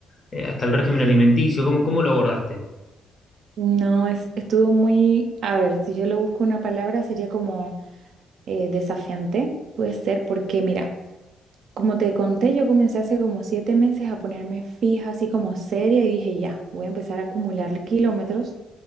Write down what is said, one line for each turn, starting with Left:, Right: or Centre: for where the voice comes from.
Left: eh, hasta el régimen alimenticio? ¿Cómo, cómo lo abordaste?
Right: No, es, estuvo muy, a ver, si yo le busco una palabra sería como eh, desafiante. Puede ser porque, mira, como te conté, yo comencé hace como siete meses a ponerme fija, así como seria, y dije, ya, voy a empezar a acumularle kilómetros